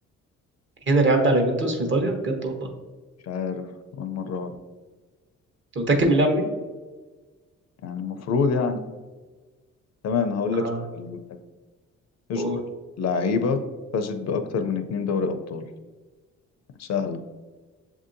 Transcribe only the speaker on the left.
مش عارف اول مرة اعرف
يعني المفروض يعني تمام هقول
لك سؤال اذكر
لعيبة فازت بأكتر من اتنين دوري أبطال يعني سهلة